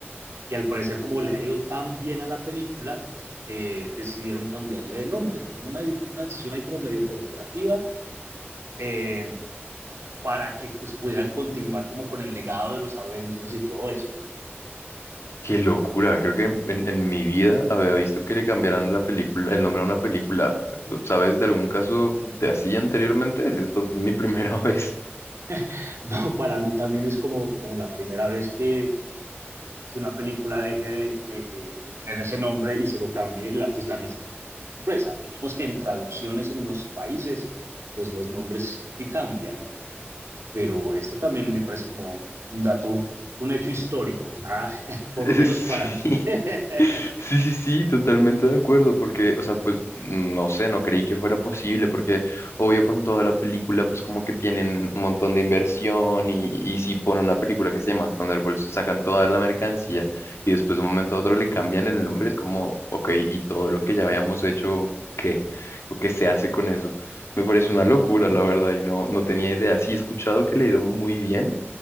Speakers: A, on the right; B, on the left.
A: y al parecer como le ha ido tan bien a la película, eh, decidieron cambiarle de nombre. Fue una, una decisión ahí como medio corporativa. Eh, para que pues pudieran continuar como con el legado de los Avengers y todo eso.
B: ¡Qué locura! Creo que en, en mi vida había visto que le cambiaran la película, el nombre a una película. ¿Sabes de algún caso de así anteriormente? si Esta es mi primera <laughs> vez.
A: <laughs> No, para mí también es como, como la primera vez que, que una película deje de, de, de, de, tener ese nombre y se lo cambie la, pues la misma empresa. Digamos que en traducciones en los países pues los nombres sí cambian, pero esto también me parece como un dato, un hecho histórico, ¿ah? <laughs> por
B: <laughs>
A: lo menos para
B: Sí.
A: mí. <laughs>
B: Sí, sí, sí, totalmente de acuerdo, porque, o sea, pues, no sé, no creí que fuera posible, porque obvio con toda la película, pues como que tienen un montón de inversión y, y si ponen una película que se llama Thunderbolts, sacan toda la mercancía y después de un momento a otro le cambian el nombre, es como, ok, y todo lo que ya habíamos hecho, ¿qué? ¿O qué se hace con eso? Me parece una locura, la verdad, y no, no tenía idea. Sí he escuchado que le ha ido muy bien